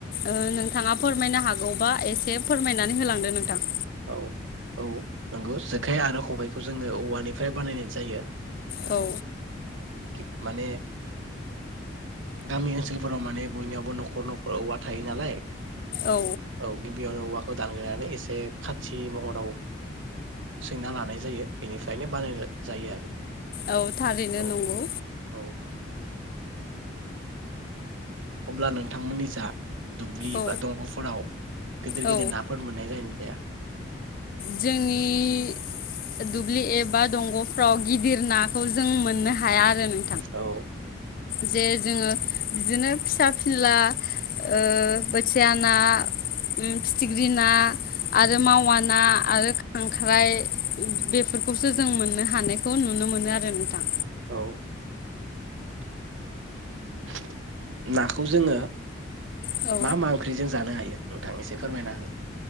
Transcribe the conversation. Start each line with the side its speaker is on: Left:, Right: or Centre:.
Left: ओ नोंथाङा फोरमायनो हागौबा एसे फोरमायनानै होलांदो नोंथां।
Right: औ औ नंगौ जेखाय आरो खबाइखौ जोङो औवानिफ्राय बानायनाय जायो।
Left: औ
Right: खि माने गामि ओनसोलफोराव माने बयनियावबो न'खर न'खर औवा थायो नालाय
Left: औ
Right: औ गिबियावनो औवा खौ <unintelligible> एसे खाथि महराव सैना लानाय जायो। बेनिफ्रायनो बाना जायो आरो
Left: औ थारैनो
Right: औ
Left: नंगौ
Right: औ अब्ला नोंथांमोननि जा दुब्लि
Left: औ
Right: बा दंग'फोराव गिदिर
Left: औ
Right: गिदिर नाफोर मोननाय जायो ना जाया?
Left: जोंनि दुब्लि एबा दंग'फ्राव गिदिर नाखौ जों मोननो हाया आरो न
Right: औ
Left: जे जोङो बिदिनो फिसा फिनला ओ बोथिया ना फिथिख्रि ना आरो मावा ना आरो खांख्राइ बेफोरखौसो जों मोननो हानायखौ नुनो मोनो आरो नोंथां।
Right: औ <inaudible> नाखौ जोङो
Left: औ
Right: मा मा ओंख्रिजों जानो हायो नोंथां एसे फोरमायना हो